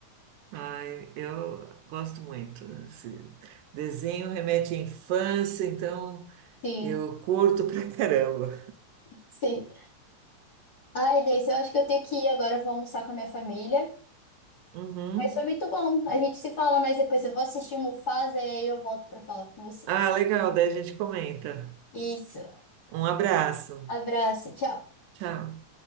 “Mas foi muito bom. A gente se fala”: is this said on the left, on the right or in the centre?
Left